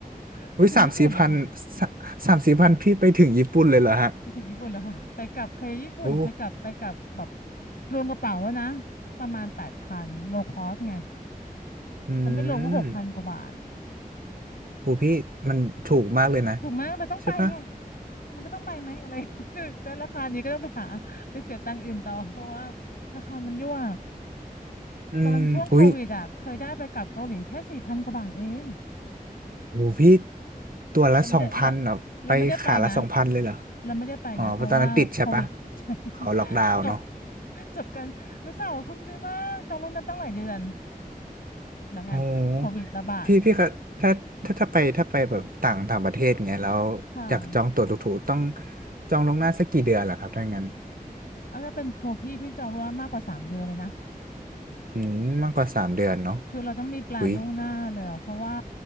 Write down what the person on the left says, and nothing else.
<laughs>
ไปถึงญี่ปุ่นเล้ค่ะ
ไปถึงญี่ปุ่นแล้วค่ะไปกลับเคยญี่ปุ่นเคยกลับไปกลับแบบ
รวมกระเป๋าแล้วนะประมาณแปดพันโลคอสไง
ถ้าไม่รวมก็หกพันกว่าบาท
ถูกไหมเราต้องไปไง
มันก็ต้องไปไหมอะไร <laughs> คือแต่ราคานี้ก็ต้องไปหาไปเสียตังค์อื่นต่อเพราะว่าราคามันยั่ว
ตอนช่วงโควิดอ่ะเคยได้ไปกลับเกาหลีแค่สี่พันกว่าบาทเอง
เราไม่ได้เราเราไม่ได้ไปนะเราไม่ได้ไปนะเพราะว่าโควิด
<laughs> ใช่ <laughs>
จบจบกันรู้สาวภูมิใจมากจองล่วงหน้าตั้งหลายเดือน แล้วไงโควิดระบาด
ค่ะ
เอาถ้าเป็นโพพี่พี่จองล่วงหน้ามากกว่าสามเดือนเลยนะ
คือเราต้องมีแปลนล่วงหน้าเลยอะเพราะว่า